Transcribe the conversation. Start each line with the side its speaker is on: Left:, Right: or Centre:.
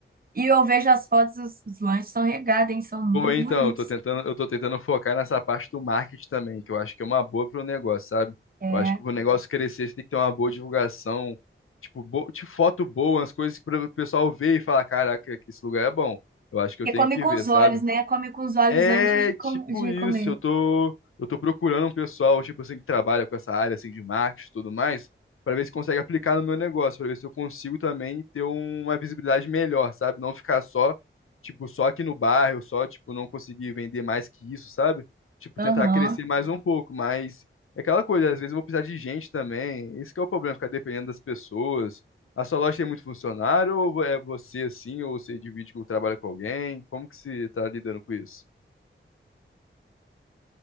Right: e eu vejo as fotos, os, os lanches são regados, hein? São muito
Left: Pô, então,
Right: bonitos.
Left: eu tô tentando, eu tô tentando focar nessa parte do marketing também, que eu acho que é uma boa pro negócio, sabe?
Right: É.
Left: Eu acho que pro negócio crescer, você tem que ter uma boa divulgação, tipo, bo tipo foto boa, as coisas para o pessoal ver e falar, caraca, que esse lugar é bom. Eu acho que eu
Right: E
Left: tenho
Right: come
Left: que
Right: com
Left: ver,
Right: os
Left: sabe?
Right: olhos, né? Come com os olhos
Left: É
Right: antes de, com,
Left: tipo
Right: de
Left: isso,
Right: comer.
Left: eu tô, eu tô procurando um pessoal, tipo assim, que trabalha com essa área assim de marketing e tudo mais, pra ver se consegue aplicar no meu negócio, pra ver se eu consigo também ter um, uma visibilidade melhor, sabe? Não ficar só, tipo, só aqui no bairro, só, tipo, não conseguir vender mais que isso, sabe? Tipo,
Right: Aham.
Left: tentar crescer mais um pouco, mas é aquela coisa, às vezes eu vou precisar de gente também. Esse que é o problema, ficar dependendo das pessoas. A sua loja tem muito funcionário ou é você assim, ou você divide que trabalha com alguém? Como que você tá lidando com isso?